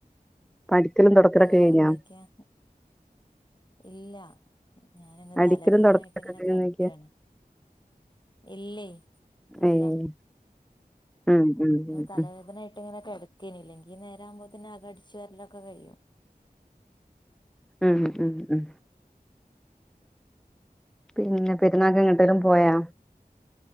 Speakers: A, in the centre; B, on the left (about 30°).
A: അടിക്കലും തൊടക്കലൊക്കെ
B: വേറെ
A: കയ്ഞ്ഞാ
B: എന്തൊക്കെയാ ഇല്ല ഞാനിന്ന്
A: അടിക്കലും
B: തലവേദന
A: തൊടക്കലൊക്കെ
B: ആയിട്ട് ഇങ്ങനെ
A: കഴിഞ്ഞോയ്ക്കാ
B: കടക്കാണ് ഇല്ലേ ഇല്ല
A: ഏഹ് ഉം ഉം
B: ഞാ
A: ഉം
B: തലവേദനായിട്ട്ങ്ങനെ
A: ഉം
B: കെട നി ഇല്ലെങ്കി ഈ നേരാവുമ്പോത്ത്ന് അക അടിച്ചുവേരലൊക്കെ കയ്യും
A: ഉം ഉം ഉം പിന്നെ പെരുന്നാക്ക് എങ്ങട്ടേലും പോയാ